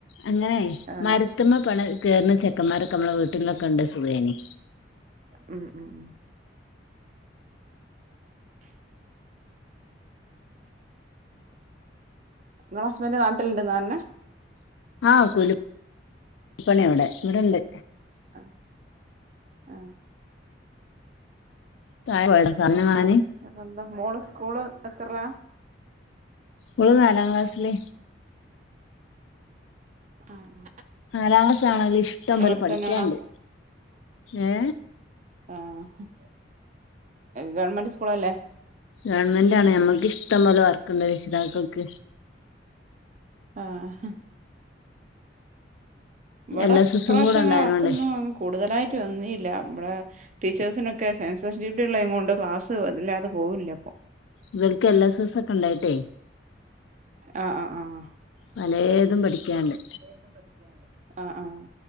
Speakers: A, on the left; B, on the right.
A: അങ്ങനെയ്‌
B: ആഹ്
A: മര് ത്ത്മ പണ കേർണ ചെക്കന്മാരക്കെ നമ്മളെ വീട്ടിൽന്നൊക്കെ ഉണ്ടെ സുഖേനി
B: ഉം ഉം <inaudible> ങ്ങള ഹസ്ബൻഡ് നാട്ടിൽണ്ട്ന്ന പർഞ്ഞെ
A: ആഹ് കുലിപ്പണി ഇവടെ ഇവടണ്ട്
B: അ ആഹ്
A: <unintelligible>
B: എന്ത മൊള് സ്കൂള് എത്തർലാ
A: ഓള് നാലാം ക്ലാസ്സില്
B: ആഹ്
A: നാലാം ക്ലാസ് ആണെങ്കിലും ഇഷ്ടം
B: സ്‌കൂൾ
A: പോലെ
B: അടുത്തന്നെണോ
A: പഠിക്കാണ്ട് ഏ
B: ആഹ് ഗവൺമെന്റ് സ്കൂളല്ലേ
A: ഗവൺമെന്റ് ആണ് ഞമ്മക്ക് ഇഷ്ടം പോലെ വർക്ക്ണ്ട് രക്ഷിതാക്കൾക്ക്
B: ആ ഹ് ഇവടെ
A: എൽ എസ് എസും
B: ഇപ്രാവശ്യം
A: കൂടെ
B: അങ്ങനെ
A: ഉണ്ടായതിനോണ്ട്
B: വർക്കൊന്നും കൂടുതലായിട്ട് വന്നീല്ല ബടെ ടീച്ചേഴ്സിനൊക്കെ സെൻസസ് ഡ്യുട്ടി ഉള്ളെ കൊണ്ട് ക്ലാസ് ഇല്ലാതെ പോകൂല്ലപ്പൊ
A: ഇവൽക്ക് എൽ എസ് എസ് ഒക്കെ ഉണ്ടായിട്ടേ
B: ആ ആ ആഹ്
A: പലേതും പഠിക്കാണ്ട്
B: തും പഠിക്കാണ്ട് ആഹ് ആഹ്.